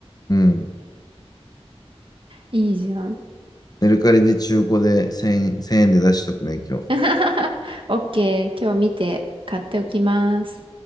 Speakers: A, on the left (about 40°); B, on the right (about 55°).
A: うん。
B: いいじゃん。
A: メルカリで中古で1円、1000円で出しとくね、今日。
B: <laughs> オッケー、今日見て買っておきます。